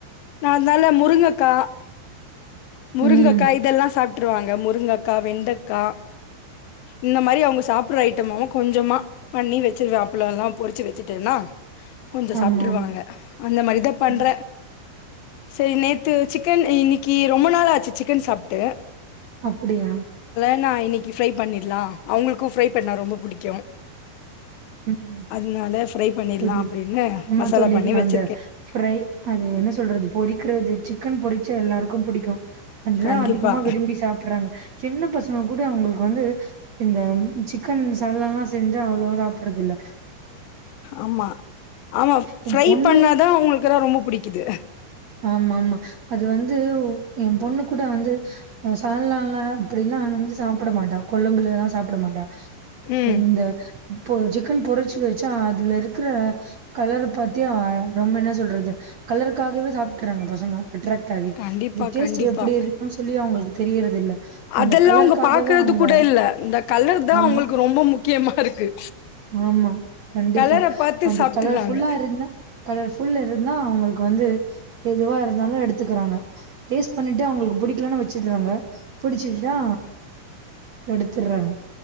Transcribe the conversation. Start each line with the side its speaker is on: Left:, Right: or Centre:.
Left: நா அனால முருங்கக்கா முருங்கக்கா
Right: ம்
Left: இதெல்லா சாப் ட்ருவாங்க முருங்கக்கா வெண்டக்கா இந்த மாரி அவுங்க சாப்புடுற ஐட்டம் கொஞ்சமா பண்ணி வச்சிருவே அப்பளல்லா பொரிச்சி வச்சிட்டன்னா கொஞ்சோ
Right: ஆமா
Left: சாப்ட்டுருவாங்க
Right: ஆமா
Left: அந்த மாரிதா பண்ற
Right: ம்
Left: சேரி நேத்து சிக்கன் இன்னிக்கு ரொம்ப நாள் ஆச்சி சிக்கன் சாப்புட்டு
Right: அப்பிடியா
Left: இன்னா இன்னிக்கு ஃப்ரை பண்ணிரலா அவங்களுக்கு ஃப்ரை பண்ணா ரொம்ப புடிக்கு
Right: ம்
Left: அதனால ஃப்ரை பண்ணிடலாம்
Right: புரி
Left: அப்டின்னு
Right: ஆமா
Left: மசாலா
Right: தோழி
Left: பண்ணி வச்
Right: அந்த ஃப்ரை அது என்ன சொல்றது பொறிக்கிறது வச்சி சிக்கன் பொரிச்சா எல்லாருக்கும் பிடிக்கும் அதுதான்
Left: கண்டிப்பா
Right: அதிகமா விரும்பி சாப்படறாங்க சின்ன பசங்க கூடோ அவங்களுக்கு வந்து இந்த சிக் கன் மசாலாலா செஞ்சா அவ்ளோ சாப் பறதுல்ல
Left: ஆமா ஆமா
Right: என்
Left: ஃப்ரை
Right: பொண்ணு
Left: பண்ணாதான் அவுங்களுக்குல்லாம் ரொம்ப புடிக்குது
Right: ஆமா ஆமா அது வந்து என் பொண்ணு கூட வந்து சால்னால அப்டிலாம் வந்து சாப்பட மாட்டா கொழும்புலலாம் சாப்பட மாட்டா
Left: ம்
Right: இந்த இப்போ சிக்கன் பொரிச்சு வச்சா அதுல இருக்கிற கலர பாத்தே ஆ ரொம்ப என்ன சொல்றது கலருக்காகவே சாப் டறாங்க பசங்க அட்ராக்ட் டாகி
Left: கண்டிப்பா
Right: இந்த டேஸ்ட்
Left: கண்டிப்பா
Right: எப்டி இருக்குன்னு சொல்லி அவுங்களுக்கு தெரிகிறதில்ல அந்த
Left: அதெல்லா
Right: கலருக்காகவே
Left: அவங்க பாக்குறது
Right: அவுங்க
Left: கூட இல்ல இந்த கலர் தா
Right: ஆமா
Left: அவங்களுக்கு ரொம்ப முக்கியமா இருக்கு
Right: ஆமா கண்டிப்பா
Left: கலர பாத்து
Right: அது
Left: சாப்ட்டுறாங்க
Right: கலர்ஃபுல்லா இருந்தா கலர்ஃபுல்ல இருந்தா அவுங்களுக்கு வந்து எதுவா இருந்தாலும் எடுத்துக்கிறாங்க டேஸ்ட் பண்ணிட்டு அவுங்களுக்கு புடிக்கலன்னா வச்சிடுவாங்க புடிச்சிட்டா எடுத்துடறாங்க